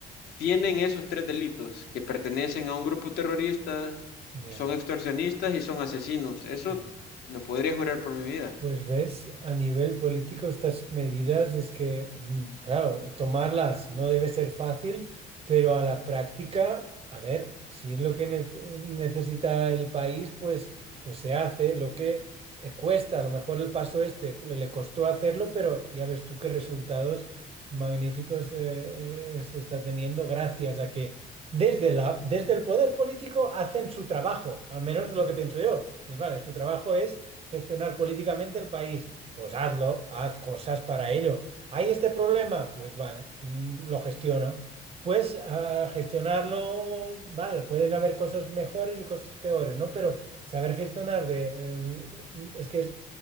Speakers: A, on the left; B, on the right.
A: tienen esos tres delitos, que pertenecen a un grupo terrorista,
B: Ya,
A: son extorsionistas y son asesinos. Eso
B: ya.
A: lo podría jurar por mi vida.
B: Pues ves, a nivel político estas medidas es que, mm, claro, tomarlas no debe ser fácil, pero a la práctica, a ver, si es lo que nece- necesita el país, pues, pues se hace lo que eh, cuesta. A lo mejor el paso este le le costó hacerlo, pero ya ves tú qué resultados magníficos eh, eh, se está teniendo gracias a que desde la, desde el poder político hacen su trabajo, al menos es lo que pienso yo. Y, vale, tu trabajo es gestionar políticamente el país. Pues hazlo, haz cosas para ello. ¿Hay este problema? Pues vale, mm, lo gestiono. Pues a gestionarlo, vale, pueden haber cosas mejores y cosas peores, ¿no? Pero saber gestionar de... el- es que es...